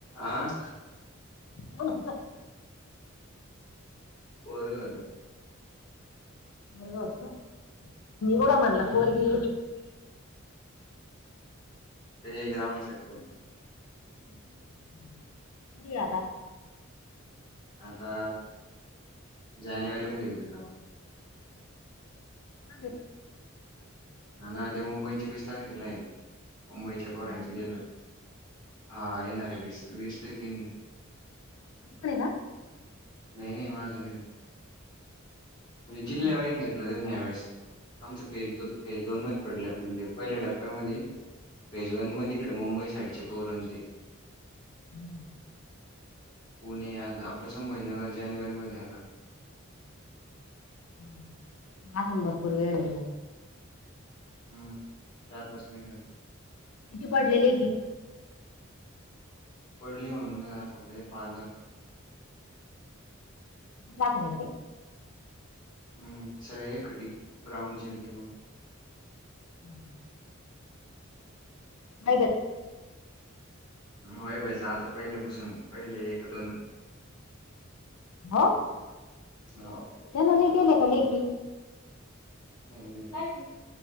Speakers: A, on the left (about 20°); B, on the left (about 85°).
A: आह
B: हो ना
A: पोरग होत
B: बबत मघड मरला पर्गी
A: ते ग्राउंड सेट पण
B: ह् मर्यादा
A: आता जानेवारी मध्ये होई
B: र
A: हा ना आ ते मुंबईच्या वीस तारखेला आहे मुंबईच्या परायचे
B: दहावीस
A: जेल्हा
B: तू
A: हा येणार आहे वीस वीस ते तीन
B: णी का
A: नाही नाही माझं नाही म्हण जिल्ह
B: जानेवारी
A: वईच घे वेेळेस आमच फेजेज दोन म पडल्या म्हणजे पहिल्या टप्प्यामध्ये पेजवन मध्ये इकडे मुंबई साईडचे पोरण ते
B: हम्म
A: पुणे आपलं सभाज नर जानेवारी मध्ये आलात
B: हा माजून भरपूर वेळ आहे
A: हम्म चार पाच महिन्या
B: किती पडलेले एकी
A: पडली म्हणून नाही का पा
B: दाखरगे
A: हम्म सगळे एक खट ग्राउंड ज य ते मग
B: मा ब
A: वई बाईच आता पहिले पासून पहिले एक दोन
B: ह
A: हो
B: त्यांन नाही गेले का लेखी
A: हो